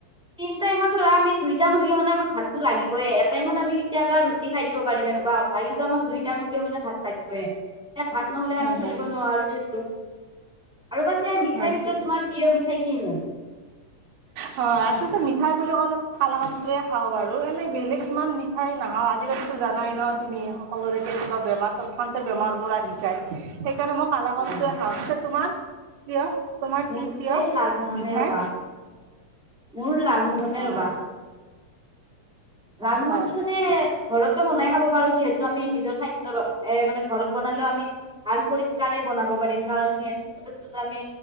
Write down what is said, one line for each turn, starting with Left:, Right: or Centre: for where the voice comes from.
Centre: তিনি টাইম ধৰা আমি দুইটা হলেও মানে আমাক ভাতটো লাগিবই। এক টাইমত আমি কেতিয়া ৰোটি খাই দিব পাৰিম এনেকুৱা। ভাই কিন্তু আমাক দুইটাইমহলেও মানে ভাত লাগিবই। এ ভাত নহলে
Right: হয়
Centre: আমি চলিব
Right: হয়
Centre: নোৱাৰো, <unintelligible> আৰু পাছে মিঠাইৰ
Right: হয়
Centre: ভিতৰত
Right: ঠিক।
Centre: তোমাৰ প্ৰিয় মিঠাই কিনো? <inaudible>
Right: হয় আচলতে মিঠাই বুলি ক'লে কালাকানটোৱে খাওঁ বাৰু। এনেই বেলেগ ইমান মিঠাই নাখাওঁ, আজিকালিটো জানাই ন তুমি সকলোৰে কেনেকুৱা বেমাৰ তত খনটে বেমাৰ বোৰ আহি যায়। সেইকাৰণে মই কালাকানটোৱে
Centre: হয়
Right: আহাওঁ পিছে তোমাৰ প্ৰিয়। তোমাৰ
Centre: মৰটোৱে
Right: কি প্ৰিয়
Centre: লালমোহনে
Right: মিঠাই
Centre: ৰবা। মোৰ লালমোহনে
Right: হয়
Centre: ৰবা
Right: হয়
Centre: লালমোহনটো
Right: হয়
Centre: মানে। ঘৰতো বনাই
Right: ঠিক
Centre: খাব পাৰো যিহেতু আমি নিজৰ স্বাথ্য এ মানে ঘৰত বনালেও আমি। ভাল পৰিষ্কাৰে বনাব পাৰিম কাৰণ সিক বস্তুতমি